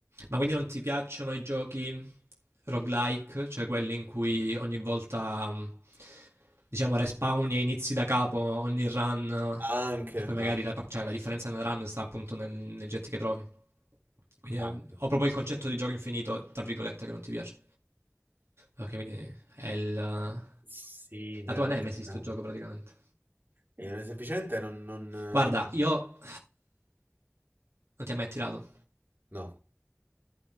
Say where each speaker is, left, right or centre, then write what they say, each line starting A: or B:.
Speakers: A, on the right; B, on the right.
A: Ma quindi non ti piacciono i giochi roguelike, cioè quelli in cui ogni volta, mm, diciamo, respawni e inizi da capo ogni run eh,
B: Anche,
A: e poi magari
B: anche,
A: la, cioè, la differenza nel run sta appunto nel, nel jet che trovi. Quindi
B: anche.
A: eh, ho proprio il concetto di gioco infinito, tra virgolette, che non ti piace. Ok, quindi è il, la
B: Sì, in generale
A: tua nemesi
B: entrambi.
A: sto gioco praticamente.
B: Eh, semplicemente non, non...
A: Guarda,
B: eh,
A: io non ti ha mai attirato.
B: No.